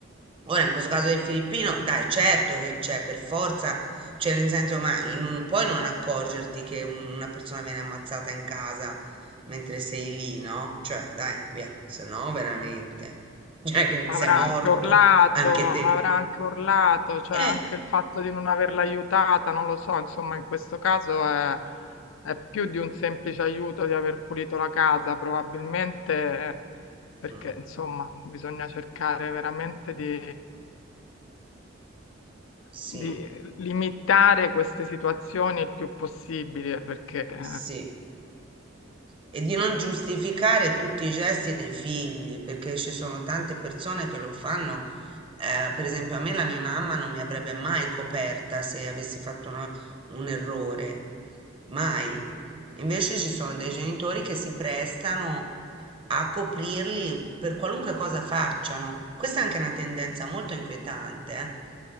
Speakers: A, on the right (about 25°); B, on the left (about 80°).
A: Ora, in questo caso del filippino, dai, certo che c'è, per forza, cioè nel senso, ma non non puoi non accorgerti che un- una persona viene ammazzata in casa mentre sei lì, no? Cioè, dai, via, se no veramente, cioè che
B: ma
A: sei
B: avrà
A: morto,
B: anche urlato,
A: anche te.
B: ma avrà anche urlato, cioè
A: Eh,
B: anche il fatto di non averla aiutata, non lo so, insomma, in questo caso è, è più di un semplice aiuto di aver pulito la casa, probabilmente eh, perché,
A: mm,
B: insomma, bisogna cercare veramente di
A: sì,
B: di limitare queste situazioni il più possibile, perché eh,
A: sì. E di non giustificare tutti i gesti dei figli, perché ci sono tante persone che lo fanno. Eh, per esempio, a me la mia mamma non mi avrebbe mai coperta se avessi fatto una- un errore, mai. Invece ci sono dei genitori che si prestano a coprirli per qualunque cosa facciano. Questa è anche una tendenza molto inquietante,